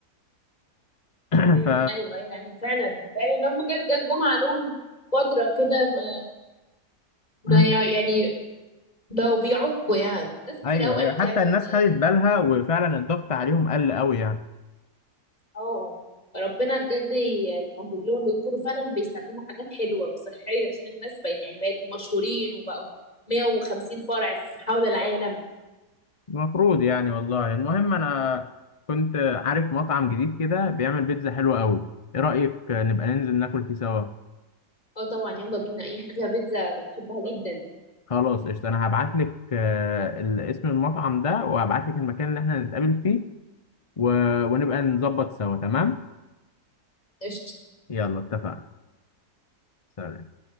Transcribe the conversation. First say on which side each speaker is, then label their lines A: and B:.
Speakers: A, on the left; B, on the left.
A: <clears throat>
B: امم
A: ف
B: ايوه ايوه يعني فعلا فعلا هم كان كان جم عليهم فتره كده ما ما
A: مم.
B: يع- يعني بقوا بيعكوا يعني ناس
A: ايوه
B: كتير قوي
A: ايوه
B: قالت
A: حتى
B: يعني
A: الناس
B: ان
A: خدت بالها وفعلا الضغط عليهم قل قوي يعني
B: اه ربنا بجد يسهل لهم ويكونوا فعلا بيستخدموا حاجات حلوه وصحيه عشان الناس بقت يعني بقت مشهورين وبقوا 150 فرع في حول العالم
A: المفروض يعني والله المهم انا كنت عارف مطعم جديد كده بيعمل بيتزا حلوة قوي ايه رأيك نبقى ننزل ناكل فيه سوا
B: اه طبعا يلا بينا اي حاجه فيها بيتزا بحبها جدا
A: خلاص قشطة انا هبعت لك اسم المطعم ده وهبعت لك المكان اللي احنا هنتقابل فيه و... ونبقى نظبط سوا تمام
B: قشطه
A: يلا اتفقنا سلام